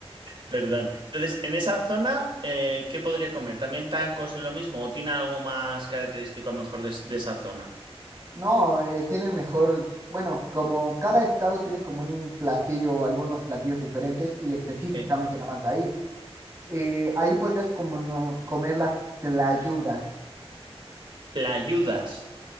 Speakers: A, on the right (about 55°); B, on the right (about 30°).
A: Perdón. Entonces, en esa zona, eh, ¿qué podría comer? ¿También tacos es lo mismo? ¿O tiene algo más característico a lo mejor de, de esa zona?
B: No, eh, tiene mejor, bueno, como cada estado tiene como un platillo, o algunos platillos diferentes y específicamente
A: Sí.
B: nada más de ahí. Eh, ahí podrías como no- comer las tlayudas,
A: Playudas.